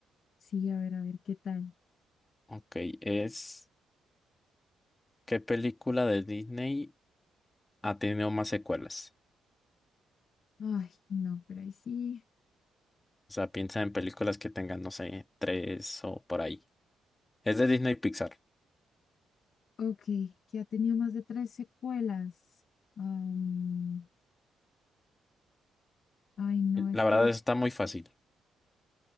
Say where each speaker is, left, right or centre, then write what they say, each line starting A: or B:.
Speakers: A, on the left; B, on the left.
A: sí, a ver, a ver, ¿qué tal?
B: Ok, es ¿qué película de Disney ha tenido más secuelas?
A: Ay, no, pero ahí sí.
B: O sea, piensa en películas que tengan, no sé, tres o por ahí. Es de Disney Pixar.
A: Ok, que ha tenido más de tres secuelas. Am, ay, no, es
B: La verdad,
A: que,
B: eso está muy fácil.